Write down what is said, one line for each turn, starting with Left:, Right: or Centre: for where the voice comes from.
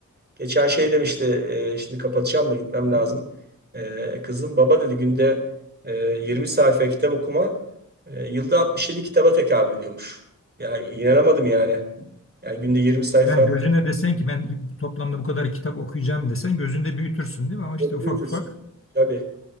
Right: Geçen şey demişti, e, şimdi kapatacağım da gitmem lazım. E, kızım baba dedi günde e, 20 sayfa kitap okuma e, yılda 67 kitaba tekabül ediyormuş. Ya inanamadım yani. Yani günde 20 sayfa
Left: Yani gözüne desen ki ben toplamda bu kadar kitap okuyacağım desen gözünde büyütürsün değil mi? Ama işte
Right: çok
Left: ufak
Right: büyütürsün.
Left: ufak
Right: Tabii,